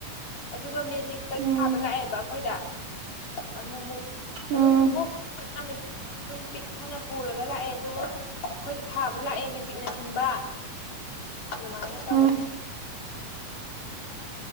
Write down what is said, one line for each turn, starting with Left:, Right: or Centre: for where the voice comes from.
Left: ꯑꯗꯨꯒꯦ ꯍꯧꯖꯤꯛꯇ
Right: ꯎꯝ
Left: ꯊꯥꯕ ꯂꯥꯛꯑꯦꯕ ꯑꯩꯈꯣꯏꯗ ꯑꯃ
Right: ꯎꯝ
Left: ꯑꯗꯨꯝ ꯕꯣꯛꯁ ꯑꯗꯨꯝ ꯄꯤꯛꯊꯅ ꯄꯨꯔꯒ ꯂꯥꯛꯑꯦ ꯑꯗꯨꯒ ꯑꯩꯈꯣꯏꯗ ꯊꯥꯕ ꯂꯥꯛꯑꯦ ꯃꯦꯖꯤꯛꯅꯆꯤꯡꯕ ꯑꯗꯨꯃꯥꯏꯅ ꯇꯧꯋꯦ
Right: ꯎꯝ